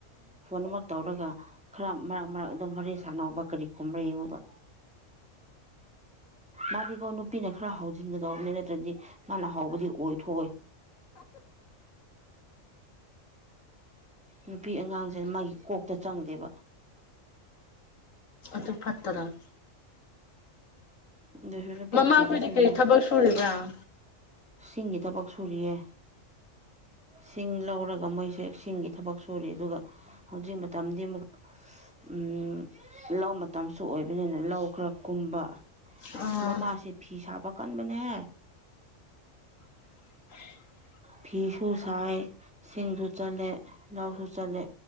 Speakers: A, in the centre; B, on the left.
A: ꯐꯣꯟ ꯑꯃꯛ ꯇꯧꯔꯒ ꯈꯔ ꯃꯔꯛ ꯃꯔꯛ ꯑꯗꯨꯝ ꯋꯥꯔꯤ ꯁꯥꯟꯅꯧꯕ ꯀꯔꯤ ꯈꯨꯝꯕ꯭ꯔ ꯌꯦꯡꯉꯨꯕ ꯃꯥꯗꯤꯀꯣ ꯅꯨꯄꯤꯅ ꯈꯔ ꯍꯧꯖꯤꯟꯒꯗꯧꯕꯅꯤ ꯅꯠꯇ꯭ꯔꯗꯤ ꯃꯥꯅ ꯍꯧꯕꯗꯤ ꯑꯣꯏꯊꯣꯛꯑꯣꯏ
B: <unintelligible>
A: ꯅꯨꯄꯤ ꯑꯉꯥꯡꯖꯦ ꯃꯥꯒꯤ ꯀꯣꯛꯇ ꯆꯪꯗꯦꯕ
B: ꯑꯗꯨ ꯐꯠꯇꯔ
A: ꯑꯗꯨꯁꯨ ꯅꯨꯄꯤ
B: ꯃꯃꯥꯈꯣꯏꯗꯤ
A: ꯊꯤꯗ꯭ꯔꯁ
B: ꯀꯔꯤ
A: ꯅꯨ
B: ꯊꯕꯛ ꯁꯨꯔꯤꯕ꯭ꯔꯥ
A: ꯁꯤꯡꯒꯤ ꯊꯕꯛ ꯁꯨꯔꯤꯌꯦ ꯁꯤꯡ ꯂꯧꯔꯒ ꯃꯣꯏꯁꯦ ꯁꯤꯡꯒꯤ ꯊꯕꯛ ꯁꯨꯔꯤ ꯑꯗꯨꯒ ꯍꯧꯖꯤꯛ ꯃꯇꯝꯗꯤ ꯃꯨꯛ ꯎꯝ ꯂꯧ ꯃꯇꯝꯁꯨ ꯑꯣꯏꯕꯅꯤꯅ ꯂꯧ ꯈꯔ ꯀꯨꯝꯕ
B: ꯑꯥ
A: ꯑꯁ ꯃꯃꯥꯁꯦ ꯐꯤ ꯁꯥꯕ ꯀꯟꯕꯅꯦꯍꯦ
B: <inaudible>
A: ꯐꯤꯁꯨ ꯁꯥꯏ ꯁꯤꯡꯁꯨ ꯆꯠꯂꯦ ꯂꯧꯁꯨ ꯆꯠꯂꯦ